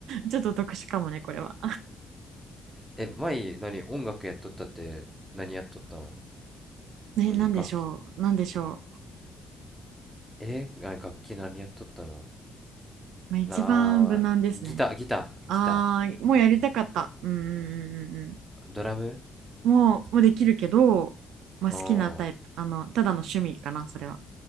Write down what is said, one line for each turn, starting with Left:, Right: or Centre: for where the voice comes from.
Right: ちょっと特殊かもねこれは
Centre: え、前、何、音楽やっとったって、何やっとったの
Right: ねなんでしょうなんでしょ
Centre: 何、楽器。えが楽器何やっとったの
Right: う、まあ、一番無難ですね
Centre: なあ、ギター、ギター、
Right: あーもうやりたかったうんうんうんうん
Centre: ギター、ドラム
Right: うんもうもうできるけど、まあ、
Centre: うん。
Right: 好きなタイプあのただの趣味かなそれは